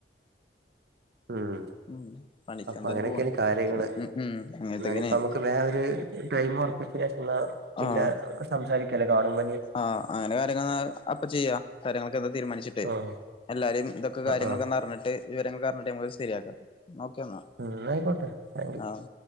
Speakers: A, on the right; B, on the left.
A: ഉം
B: ഉം പണിക്കെന്തായാലും
A: അപ്പഅങ്ങനെക്കെണ്
B: പോണ്
A: കാര്യങ്ങള്
B: ഉം ഉം അങ്ങനത്തെക്കെനെ
A: എന്നാനിപ്പോ അമുക്ക് വേറെ ഒര് ടൈം ഒറപ്പിച്ചീനെഷന്നാ പിന്നെ
B: ആഹ്
A: സംസാരിക്കല്ലെ കാണുമ്പോനി
B: ആഹ് അങ്ങനെ കാര്യങ്ങള്ന്നാ അപ്പ ചെയ്യാ കാര്യങ്ങളൊക്കെന്ന് തീരുമാനിച്ചി ട്ട്
A: ആഹ്
B: എല്ലാരിം ഇതൊക്കെ
A: ആഹ്
B: കാര്യങ്ങളൊക്കെ
A: ആഹ്
B: ന്നർഞ്ഞിട്ട് വിവരങ്ങളൊക്കെ അർഞ്ഞിട്ട് നമക്ക് ‌ശരിയാക്കാ ന്നാഒക്കെന്നാ
A: ഉം ന്നാആയിക്കോട്ടെ താങ്ക്
B: ആഹ്